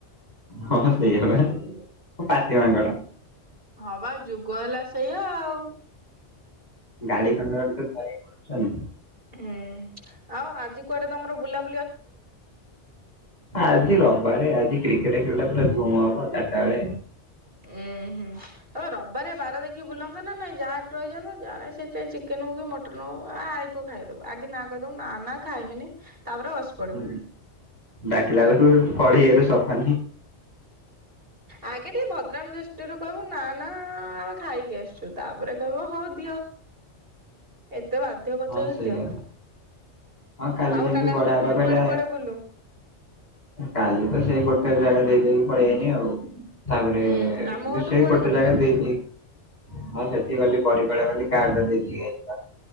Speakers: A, on the left; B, on the right.
A: ହଁ ସେଇଆପା ପାତି ମାଙ୍କଡ଼।
B: ହପା ଯୁଗ ହେଲା ସେଇଆ ଆଉ।
A: ଗାଡ଼ି ଖଣ୍ଡେ ଖଣ୍ଡେ ତ ଧରିକି ବୁଲୁଛନ୍ତି।
B: ହୁଁ ଆଉ ଆଜି କୁଆଡ଼େ ତମର ବୁଲାବୁ
A: ଆଜି ରବିବାରେ ଆଜି କ୍ରିକେଟ୍ ଖେଳଟା ପୁରା ଧୁମ୍ ହବ ଚାରିଟା ବେଳେ।
B: ଉୁଁ ହୁଁ ଆବେ ରବିବାରେ ବାର ଦେଖି ବୁଲନ୍ତ ନା ନାଇଁ। ଯାହା ରହିଯାନ୍ତ ଯା ସେ ଚିକେନ ହୋଉ କିି ମଟ ଟନ ହୋଉ ବା ଆଇପୁଅ ଖାଇଦବୁ ଆଗେ ନା କହିଦବୁ ନା ନା ଖାଇମିନି ତାପରେ ବସି ପଡ଼ିବୁ।
A: ହୁଁ, ଡାକିଲା ବେଳକୁ ପଢ଼େଇ ଏଡ଼ୁ ସଫା
B: ଆଗେ ଟିକେ ଭଦ୍ରାମି ଦୃଷ୍ ଟିରୁ କହିବୁ ନା ନା ଆମେ ଖାଇକି ଆସିଚୁ ତାପରେ କହିବୁ ହଉ ଦିଅ ଏତେ ବାଧ୍ୟ କରୁଚ
A: ହଁ
B: ଯଦି
A: ସେଇଆ।
B: ଦିଅ।
A: ହଁ କାଲି
B: ଆଉ
A: ଯେମିତି ବଡ଼
B: ରାତିରେ ପୁଣି
A: ବାପା କହିଲେ
B: କୁଆଡେ କୁଆଡେ ବୁଲୁ?
A: କାଲି ତ ସେଇ ଗୋଟେ ଜାଗା ଦେଇଦେଇକି ପଳିଆଇନି ଆଉ। ତାପରେ
B: ଉଁ ଆମ ଘରଠୁ
A: ସେଇ
B: କୁଆଡେ
A: ଗୋଟେ
B: ଗଲୁ
A: ଜାଗା
B: ତାପରେ
A: ଦେଇଦେଇ ହଁ ସେଠି ଗଲି ବରିପାଳ ଗଲି କାର୍ଡ଼ ଟା ଦେଇକି ଯାଇଥିଲା।